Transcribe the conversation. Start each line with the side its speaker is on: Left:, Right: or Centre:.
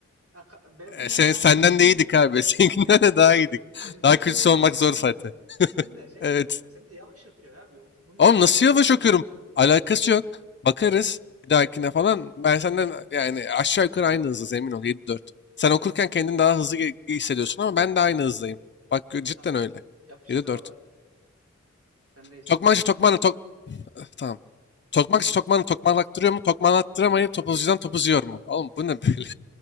Right: ha, ka- benimkinden
Left: E, sen,
Right: daha
Left: senden
Right: iyi.
Left: de iyiydik abi. <laughs> Seninkinden
Right: ben-
Left: de daha iyiydik.
Right: benimkinden
Left: Daha kötüsü
Right: iyi oldu
Left: olmak
Right: kesin
Left: zor zaten.
Right: de. Sen de şey
Left: Evet.
Right: yapıyorsun ya. Sen de yavaş okuyorsun abi. O- Bunun olayı
Left: Oğlum nasıl
Right: hızlı
Left: yavaş
Right: okuma.
Left: okuyorum? Alakası yok. Bakarız bir dahakine falan. Ben senden yani aşağı yukarı aynı hızdayız emin ol yedi dört Sen okurken kendini daha hızlı ge- hissediyorsun ama ben de aynı hızdayım. Bak cidden
Right: Tamam.
Left: öyle.
Right: Yapıştır
Left: 7-4.
Right: abi. Sendeyiz.
Left: Tokmanca Tokman'la Tok... Eh, Tamam. Tokmak iş tokmağını tokmaklattırıyor mu? Tokmaklattıramayıp topuzcudan topuz yiyor mu? Oğlum bu ne böyle?